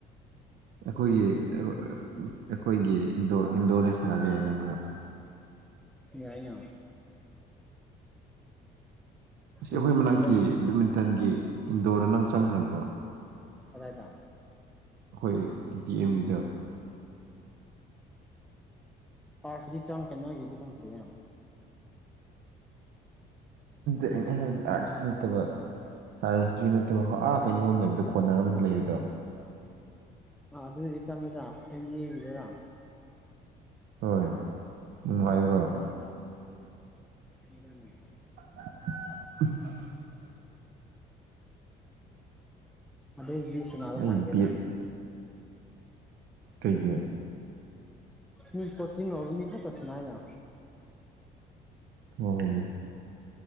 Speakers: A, on the right (about 70°); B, in the centre.
A: ꯑꯩꯈꯣꯏꯒꯤ ꯑꯩꯈꯣꯏꯒꯤ ꯏꯟꯗꯣꯔꯗ ꯁꯥꯟꯅꯕ ꯌꯥꯏꯅ ꯃꯔꯛ
B: ꯌꯥꯏꯅ
A: ꯑꯁꯤ ꯑꯩꯈꯣꯏ
B: ꯏꯚꯤꯅꯤꯡꯗ
A: ꯃꯅꯥꯛꯀꯤ
B: ꯆꯠ
A: ꯕꯦꯠꯃꯤꯟꯇꯟꯒꯤ ꯏꯟꯗꯣꯔꯗ ꯅꯪ ꯆꯪꯈ꯭ꯔꯕꯣ
B: ꯀꯗꯥꯏꯗ
A: ꯑꯩꯈꯣꯏ ꯌꯨꯝꯒꯤꯗ
B: ꯑꯥꯐꯖꯤ ꯆꯣꯈꯔꯦ ꯅꯣꯏꯒꯤꯗꯤ ꯆꯡꯗꯔꯤ
A: ꯑꯩꯅ ꯍꯥꯏꯔꯗꯤ ꯑꯥꯔꯠꯁꯀꯤ ꯅꯠꯇꯕ ꯁꯥꯏꯟꯁꯀꯤꯁꯨ ꯅꯠꯇꯕ ꯍ ꯑꯥ ꯀꯩꯅꯣ ꯑꯃ ꯂꯩꯕꯗꯣ ꯀꯣꯅꯔ ꯑꯃꯗ ꯂꯩꯔꯤꯗ
B: ꯑ ꯑꯗꯨꯗꯗꯤ ꯆꯨꯪꯏꯗ ꯑꯏꯝ ꯕꯤ ꯒꯤꯗ
A: ꯍꯣꯏ ꯅꯨꯡꯉꯥꯏꯕ꯭ꯔꯣ
B: ꯇꯪꯉꯤꯗ <inaudible>
A: <inaudible>
B: ꯈꯣꯏꯗꯤ ꯁꯤꯟꯅꯕ
A: ꯑꯩ
B: ꯐꯡꯗꯦꯗ
A: ꯕꯦꯠ ꯀꯩꯒꯤ
B: ꯃꯤ ꯀꯣꯆꯤꯡ ꯍꯧꯔꯥ ꯃꯤ ꯈꯛꯇ ꯁꯥꯅꯩꯏꯅ
A: ꯍꯣ ꯍꯣꯏꯅꯦ